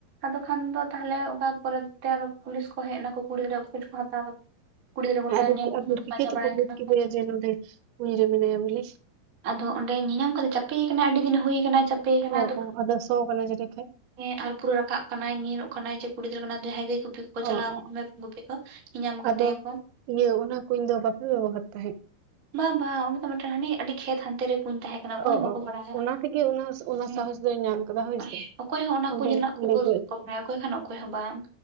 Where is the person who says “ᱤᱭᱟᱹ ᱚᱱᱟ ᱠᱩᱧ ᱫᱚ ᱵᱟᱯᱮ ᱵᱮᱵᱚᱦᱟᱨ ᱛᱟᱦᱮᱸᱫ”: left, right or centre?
Right